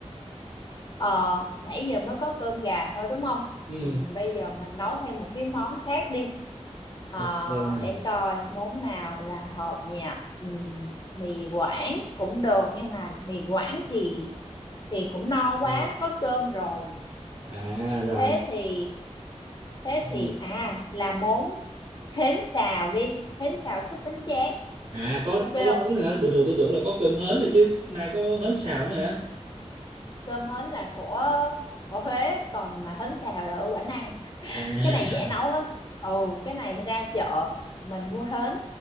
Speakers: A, on the left; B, on the right.
A: Ờ, nãy giờ mới có cơm gà thôi đúng không?
B: ừ
A: Ừ, bây giờ mình nấu thêm một cái món khác đi. Ờ,
B: ok nè
A: để coi món nào là hợp nha. Ừ, mì Quảng cũng được nhưng mà mì Quảng thì thì cũng no quá,
B: Ok.
A: có cơm rồi.
B: à rồi
A: Thế
B: nè.
A: thì thế
B: Ừ.
A: thì à là món hến xào đi, hến xào súp bánh tráng.
B: à có
A: Ok
B: có
A: không?
B: món đó nữa hả? bình thường tôi tưởng là có cơm hến rồi chứ nay có hến xào nữa hả
A: Cơm hến là của ở Huế còn mà hến xào là ở Quảng Nam.
B: à
A: cái này dễ
B: <laughs>
A: nấu lắm ừ cái này ra chợ mình mua hến